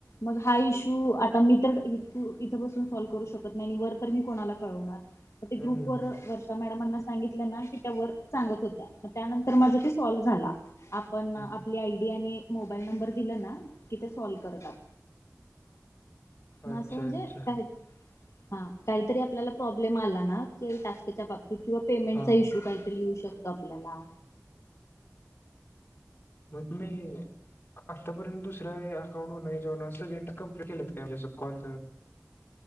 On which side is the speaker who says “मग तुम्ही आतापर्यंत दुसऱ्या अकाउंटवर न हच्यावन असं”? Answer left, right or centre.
Left